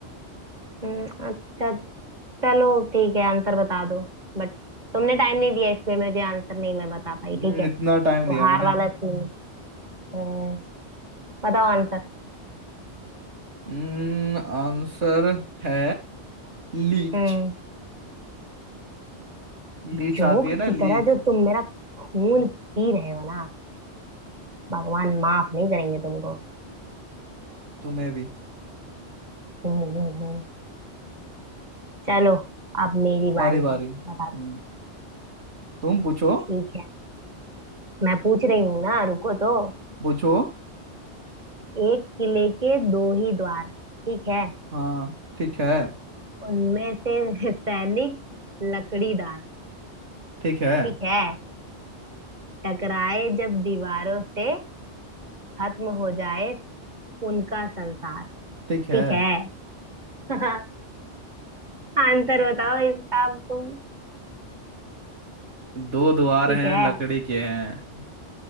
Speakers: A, on the right; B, on the right.
A: हम्म, अच्छा चलो ठीक है आंसर बता दो बट तुमने टाइम नहीं दिया इसमें मुझे आंसर नहीं मैं बता पाई
B: हम्म,
A: ठीक है
B: इतना
A: तो
B: टाइम दिया
A: हार
B: मैंने
A: वाला सीन हम्म, बताओ आंसर
B: हम्म, आंसर है लीच
A: हम्म
B: लीच
A: जोक
B: आती है
A: की
B: ना लीच
A: तरह जो तुम मेरा खून पी रहे हो ना भगवान माफ नहीं करेंगे तुमको
B: तुम्हें भी
A: हम्म हम्म हम्म। चलो अब मेरी
B: तुम्हारी
A: बारी
B: बारी
A: है बता
B: हम्म, तुम पूछो
A: ठीक है मैं पूछ रही हूँ ना रुको तो
B: पूछो
A: एक किले के दो ही द्वार ठीक है
B: हाँ ठीक है
A: उनमें से <laughs> सैनिक लकड़ीदार
B: ठीक है
A: ठीक है टकराए जब दीवारों से खत्म हो जाए उनका संसार
B: ठीक है
A: ठीक है <laughs> आंसर बताओ इसका अब तुम
B: दो द्वार
A: ठीक
B: हैं
A: है
B: लकड़ी के हैं